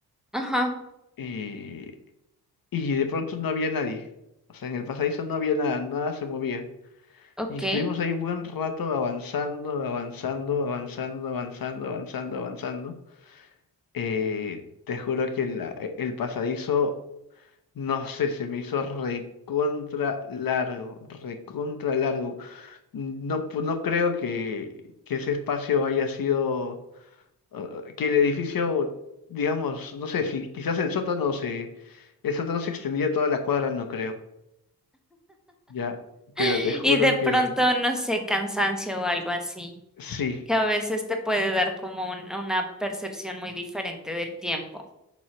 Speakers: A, in the centre; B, on the left (about 65°).
A: ajá,
B: Y, y de pronto no había nadie. O sea, en el pasadizo no había nada, nada se movía.
A: ok.
B: Y estuvimos
A: <gasps>
B: ahí buen rato avanzando, avanzando, avanzando, avanzando, avanzando, avanzando. Eh, te juro que la- e- el pasadizo, no sé, se me hizo recontra largo, recontra largo. No, pu- no creo que, que ese espacio haya sido, eh, que el edificio, digamos, no sé, si quizás el sótano se, el sótano se extendía toda la cuadra, no creo, ya, pero
A: <laughs>
B: te juro
A: Y de pronto,
B: que
A: no sé, cansancio o algo así,
B: sí.
A: que a veces te puede dar como un- una percepción muy diferente del tiempo.